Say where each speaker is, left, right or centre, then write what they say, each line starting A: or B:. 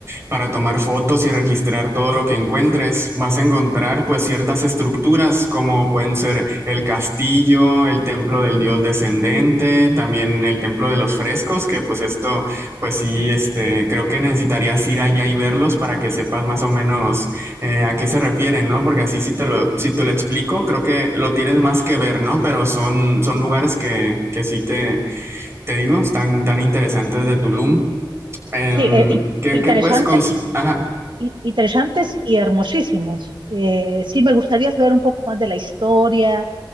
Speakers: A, on the right; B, on the right.
A: para tomar fotos y registrar todo lo que encuentres, vas a encontrar pues ciertas estructuras como pueden ser el castillo, el templo del dios descendente, también el templo de los frescos, que pues esto pues sí, este, creo que necesitarías ir allá y verlos para que sepas más o menos eh, a qué se refieren, ¿no? Porque así si te lo, si te lo explico, creo que lo tienes más que ver, ¿no? Pero son, son lugares que, que sí te, te digo, están tan interesantes de Tulum. Em,
B: Sí, eh, in-
A: ¿qué,
B: interesantes,
A: qué puedes consi- Ajá.
B: i- interesantes y hermosísimos. Eh, sí, me gustaría saber un poco más de la historia,